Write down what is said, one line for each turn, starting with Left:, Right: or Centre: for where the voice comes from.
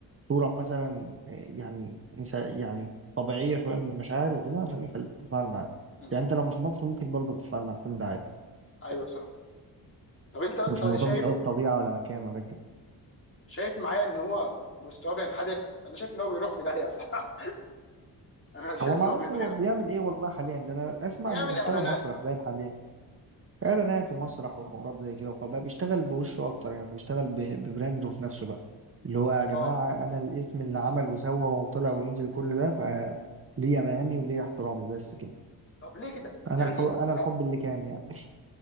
Right: صوره مثلا آه، يعني مش ه- يعني طبيعيه شويه من المشاعر وكده عشان يخليك تتفاعل معاه
Left: مم.
Right: يعني انت لو مش مصري ممكن برضو تتفاعل مع الفيلم ده عادي
Left: ايوه صح طب انت اصلا
Right: مش مرتبط
Left: انا شايف
Right: قوي بطبيعه ولا مكان ولا كده
Left: شايف معايا ان هو مستواه بينحدر انا شايف ان هو بيروح في داهيه بصراحه <laughs> انا شايف
Right: هو ما
Left: ان
Right: اعرفش
Left: هو بيضيع
Right: هو بيعمل ايه والله حاليا ده انا اسمع
Left: بيعمل
Right: انه بيشتغل
Left: اعلانات
Right: مسرح باين حاليا اعلانات ومسرح وحوارات زي كده وخلاص بقى بيشتغل بوشه اكتر يعني بيشتغل ب- ببرانده في نفسه بقى اللي هو يا جماعه
Left: اه
Right: انا الاسم اللي عمل وسوى وطلع ونزل كل ده فليه مقامي وليه احترامي بس كده
Left: طب ليه كده
Right: انا
Left: يعني
Right: الحب انا الحب
Left: آه،
Right: اللي كان يعني